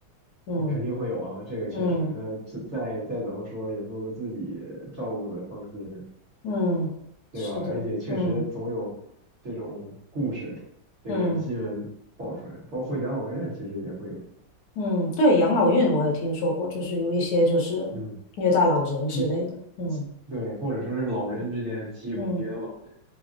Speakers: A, on the left (about 65°); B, on the right (about 40°).
A: 嗯
B: 那肯定会有啊，这个确实。
A: 嗯
B: 那自再再怎么说，也不如自己照顾的放心，
A: 嗯，是的，
B: 对吧？而且确实总有这种故事，
A: 嗯
B: 这个新闻爆出来，
A: 嗯
B: 包括养老院其实也会有，
A: 嗯，对，养老院我也听说过，就是有一些就是虐待老人之类的，
B: 嗯，欺，
A: 嗯。
B: 对，或者说是老人之间欺负别的老人。
A: 嗯。